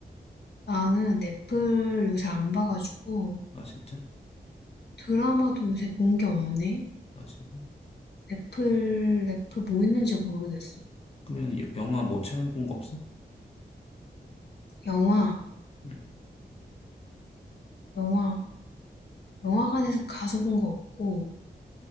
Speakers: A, on the left (about 65°); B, on the left (about 30°).
A: 나는 넷플 요새 안 봐가지고
B: 아, 진짜?
A: 드라마도 요새 본 게 없네.
B: 아, 진짜?
A: 넷플, 넷플 뭐 있는지 모르겠어.
B: 그러면 여- 영화 뭐 최근에 본 거 없어?
A: 영화,
B: 응.
A: 영화, 영화관에서 가서 본 거 없고.